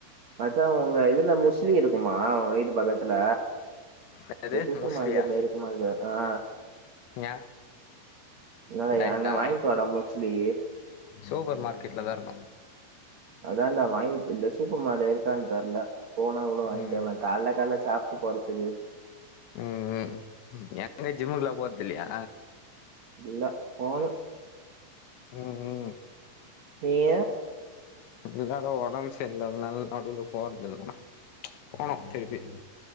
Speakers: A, on the right; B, on the left.
A: மச்சா உங்க இதுல முஸ்லி இருக்குமா ஒ வீட்டு பக்கத்துல
B: என்னது
A: இங்க சூப்பர்
B: மோஸ்லியா
A: மார்க்கெட்லா இருக்குமா இருக்காதா ஆ
B: ஏ
A: என்னடா
B: டயட்டா
A: ஏனா வாங்கிட்டு வாடா மொஸ்லி
B: சூப்பர் மார்க்கெட்ல தா இருக்கு
A: அதான்டா வாங்கி இங்க சூப்பர் மார்க்கெட் இருக்கான் தெர்ல போனா கூட வாங்கிட்டு
B: ம்
A: வரலா கால்ல கால்ல சாப்ட்டு போறதுக்கு
B: ம் <inaudible> ஜிம்முக்குலா போறது இல்லையா
A: இல்ல போனு
B: ம் ம்
A: வே
B: எல்லாரு ஒடம்பு சரி இல்லாதுனால நடுல போறதுல்லா நா போனோ திருப்பி